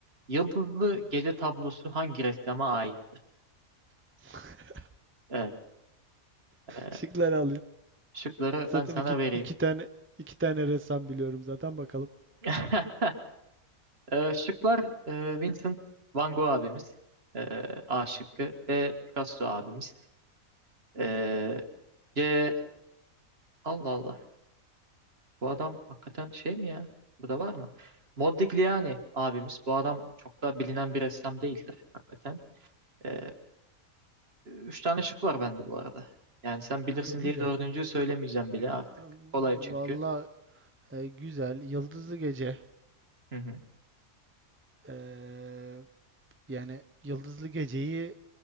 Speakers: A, on the right; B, on the right.
A: Yıldızlı Gece tablosu hangi ressama ait?
B: <laughs>
A: Evet. ee,
B: Şıkları alayım.
A: şıkları
B: Zaten
A: ben sana
B: iki,
A: vereyim.
B: iki tane iki tane ressam biliyorum zaten bakalım.
A: <laughs> Ee, şıklar ee, Vincent Van Gogh abimiz. ee, A şıkkı ve Picasso abimiz. Ee, C Allah Allah. Bu adam hakikaten şey mi ya? Bu da var mı? Modigliani abimiz. Bu adam çok da bilinen bir ressam değildir hakikaten. Ee, üç tane şık var bende bu arada. Yani sen bilirsin
B: E, Güzel.
A: diye dördüncüyü söylemeyeceğim bile artık.
B: Em,
A: Kolay çünkü.
B: Vallahi e, güzel. Yıldızlı Gece.
A: Hı hı,
B: Eee, yani Yıldızlı Gece'yi